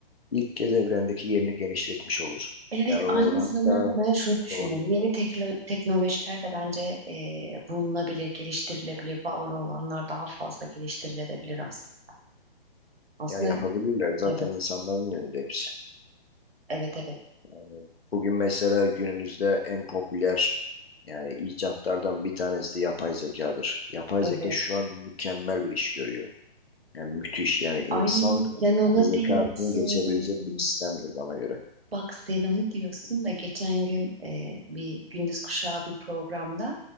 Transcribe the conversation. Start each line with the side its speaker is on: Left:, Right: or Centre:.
Left: ilk kez evrendeki yerini genişletmiş olur.
Right: Evet,
Left: Yani o
Right: aynı zamanda
Left: hatta
Right: ben şunu düşünüyorum.
Left: doğru.
Right: Yeni teklo- teknolojiler de bence eee, bulunabilir, geliştirilebilir. Var olanlar daha fazla geliştirilebilir aslında. Aslında
Left: Ya yapabilirler zaten
Right: evet,
Left: insanların önünde hepsi.
Right: evet, evet,
Left: Yani bugün mesela günümüzde en popüler yani icatlardan bir tanesi de yapay zekadır. Yapay
Right: evet.
Left: zeka şu an mükemmel bir iş görüyor. Yani müthiş yani insan
Right: Ay sen onu
Left: zekasını
Right: diyorsun.
Left: geçebilecek bir sistemdir bana göre.
Right: Bak sen onu diyorsun da geçen gün e, bir Gündüz Kuşağı bir programda